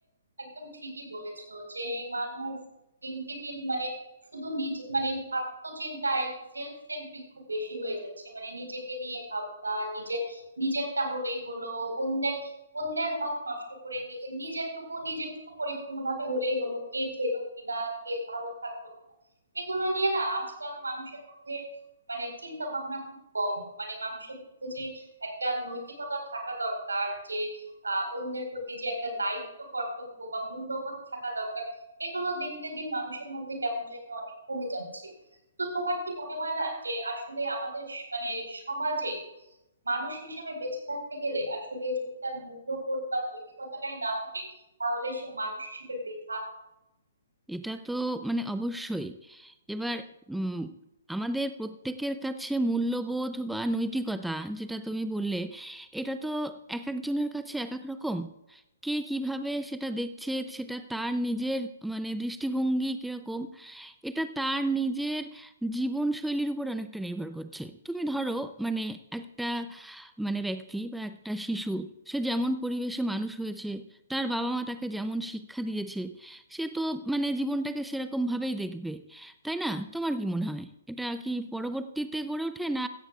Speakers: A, on the right (about 80°); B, in the centre.
A: একদম ঠিকই বলেছো যে মানুষ দিনকে দিন মানে শুধু নিজে মানে আত্মচিন্তায় সেলফ সেন্ট্রিক খুব বেশি হয়ে যাচ্ছে মানে নিজেকে নিয়ে ভাবনা নিজের নিজেরটা হলেই হলো অন্যের অন্যের হক নষ্ট করে নি- নিজেরটুকু নিজেরটুকু পরিপূর্ণভাবে হলেই হলো কে খেলো কিনা কে ভালো থাকলো কিনা এগুলো নিয়ে না আজকাল মানুষের মধ্যে মানে চিন্তা ভাবনা খুব কম মানে মানুষের মধ্যে যে একটা নৈতিকতা থাকা দরকার যে আহ অন্যের প্রতি যে একটা দায়িত্ব কর্তব্য বা মূল্যবোধ থাকা দরকার এগুলো দিনকে দিন মানুষের মধ্যে কেমন যেন অনেক কমে যাচ্ছে তো তোমার কি মনে হয় না যে আসলে আমাদের স- মানে সমাজে মানুষ হিসেবে বেঁচে থাকতে গেলে আসলে যদি তার মূল্যবোধ বা নৈতিকতাটাই না থাকে তাহলে সে মানুষ হিসেবে বৃথা
B: এটা তো মানে অবশ্যই এবার উম, আমাদের প্রত্যেকের কাছে মূল্যবোধ বা নৈতিকতা যেটা তুমি বললে এটা তো এক একজনের কাছে এক এক রকম কে কিভাবে সেটা দেখছে সেটা তার নিজের মানে দৃষ্টিভঙ্গি কিরকম এটা তার নিজের জীবনশৈলীর উপর অনেকটা নির্ভর করছে তুমি ধরো মানে একটা মানে ব্যক্তি বা একটা শিশু সে যেমন পরিবেশে মানুষ হয়েছে তার বাবা মা তাকে যেমন শিক্ষা দিয়েছে সে তো মানে জীবনটাকে সেরকম ভাবেই দেখবে তাই না তোমার কি মনে হয় এটা কি পরবর্তীতে গড়ে ওঠে না